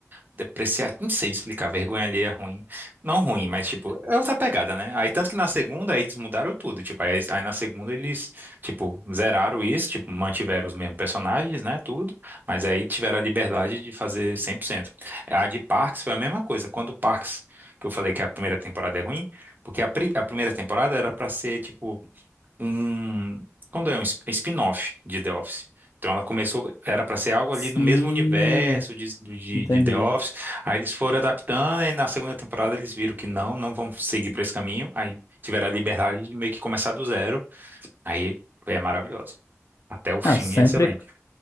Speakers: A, on the right; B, on the left.
A: depreciar, não sei explicar, vergonha alheia é ruim. Não ruim, mas tipo, é outra pegada, né? Aí tanto que na segunda aí eles mudaram tudo, tipo, aí, aí na segunda eles, tipo, zeraram isso, tipo, mantiveram os mesmos personagens, né, tudo, mas aí tiveram a liberdade de fazer 100%. A de Parks foi a mesma coisa, quando o Parks, que eu falei que a primeira temporada é ruim, porque a, pri- a primeira temporada era pra ser, tipo, um, quando é um sp- spin-off de The Office. Então ela começou, era para ser algo ali
B: Sim,
A: no mesmo universo de, do- de,
B: entendi.
A: de The Office. Aí eles foram adaptando e na segunda temporada eles viram que não, não vão seguir para esse caminho. Aí tiveram a liberdade de meio que começar do zero. Aí é maravilhoso. Até o fim
B: Não, sempre
A: é excelente.